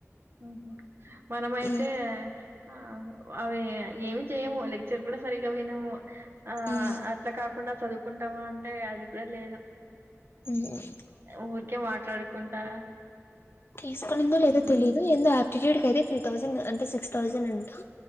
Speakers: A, on the right; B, on the left.
A: ఉహుమ్ మనమైతే
B: ఉమ్
A: ఆహుం. అవి ఏమి చేయవు పక్చర్ కూడా సరిగా వినవు ఆ
B: ఉమ్
A: అట్లా కాకుండా చదువు ఒకుంటామా అంటే అది కూడా లేదు
B: ఉమ్
A: ఊరికే మాట్లాడుకుంటా
B: తీసుకొనిందో లేదో
A: ఉమ్
B: తెలియదు ఎందు డ్ క అయితే త్రీ థౌసండ్ అంటే సిక్స్ థౌసండ్ అంటా